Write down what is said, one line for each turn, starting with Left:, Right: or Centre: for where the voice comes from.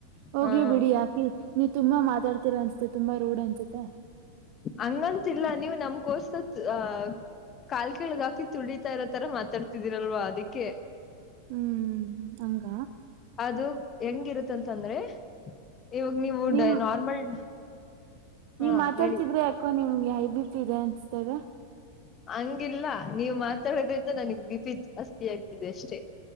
Right: ಹೋಗ್ಲಿ
Left: ಹ
Right: ಬಿಡಿ ಯಾಕಿ ನಿ ತುಂಬಾ ಮಾತಾಡ್ತೀರಾ ಅನ್ಸುತ್ತೆ ತುಂಬಾ ರೂಡ್ ಅನ್ಸುತ್ತೆ
Left: ಹಂಗಂತಲ್ಲ ನೀವು ನಮ್ಗೋರ್ಸ್ ಅ ಕಾಲ್ ಕೆಳಗ ಹಾಕಿ ತುಳಿತಾ ಇರೋತರ ಮಾತಾಡ್ತಿದಿರಲ್ವ ಅದಕ್ಕೆ
Right: ಹ್ಮ್ ಹಂಗ
Left: ಅದು ಹೆಂಗಿರುತ್ ತಂದ್ರೆ ಇವಾಗ ನೀವು
Right: ನಿಮ್
Left: ಡೇ ನಾರ್ಮಲ್
Right: ನೀವ್
Left: ಹಾ
Right: ಮಾತಾಡ್ತಿದ್ರೆ
Left: ಹೇಳಿ
Right: ಯಾಕೋ ನಿಮ್ಗೆ ಹೈ ಬಿಪಿ ಇದೆ ಅನ್ಸ್ತದೆ
Left: ಹಂಗಿಲ್ಲ ನೀವು ಮಾತಾಡೋದ್ರಿಂದ ನನಗ್ ಬಿಪಿ ಜಾಸ್ತಿ ಆಗ್ತಿದೆ ಅಷ್ಟೇ